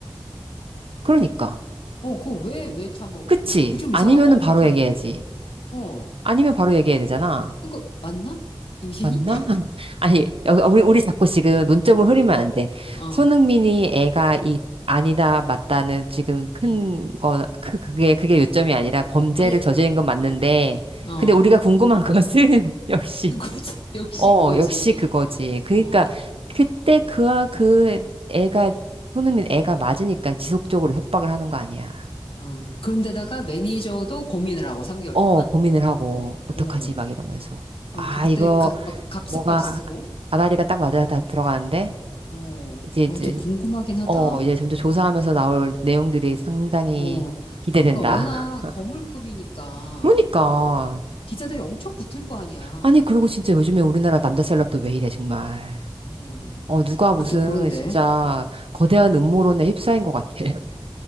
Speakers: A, on the right; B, on the left.
A: 그러니까.
B: 어, 그거 왜, 왜 참아,
A: 그치?
B: 그어 그거 좀
A: 아니면은
B: 이상한, 어,
A: 바로
B: 그거 좀,
A: 얘기해야지.
B: 어.
A: 아니면 바로 얘기해야 되잖아.
B: 그니까, 맞나? 임신이?
A: 맞나?
B: <laughs>
A: <laughs> 아니, 어, 우리, 우리 자꾸 지금 논점을 흐리면
B: 어,
A: 안 돼.
B: 어,
A: 손흥민이 애가 이, 아니다, 맞다는 지금 큰
B: 음.
A: 거, 그, 그게, 그게 요점이 아니라 범죄를
B: 아니,
A: 저지른 건 맞는데,
B: 어.
A: 근데 우리가 궁금한 것은, <laughs> 역시,
B: 그거지. <laughs> 역시
A: 어,
B: 그거지.
A: 역시 그거지. 그러니까,
B: 어,
A: 그때 그, 아- 그 애가, 손흥민 애가 맞으니까 지속적으로 협박을 하는 거 아니야.
B: 어. 그런데다가 매니저도 고민을 하고, 3개월
A: 어,
B: 동안.
A: 고민을 하고,
B: 어,
A: 어떡하지?
B: 어.
A: 막 이러면서.
B: 어,
A: 아,
B: 그 그때
A: 이거,
B: 가- 막 각서까지
A: 뭐가,
B: 쓰고.
A: 아다리가 딱 맞아 다 들어가는데?
B: 어,
A: 이제 이제
B: 어, 좀 궁금하긴 하다.
A: 어 이제 점점 조사하면서 나올 내용들이 상당히
B: 어,
A: 기대된다.
B: 그러니까 워낙
A: <laughs>
B: 거물급이니까
A: 그러니까
B: 기자들이 엄청 붙을 거 아니야.
A: 아니 그리고 진짜 요즘에 우리나라 남자 셀럽도 왜 이래 정말.
B: 음,
A: 어 누가 무슨
B: 아, 좀 그런데.
A: 진짜 거대한 음모론에 휩싸인 것 같아. <laughs>